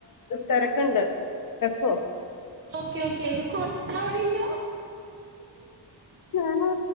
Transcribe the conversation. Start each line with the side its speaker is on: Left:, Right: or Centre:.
Left: തെരക്കുണ്ട്. തെക്കോ
Right: ഓക്കേ ഓക്കേ ത് കട്ടാവ്ണില്ലാ
Left: ഞാന്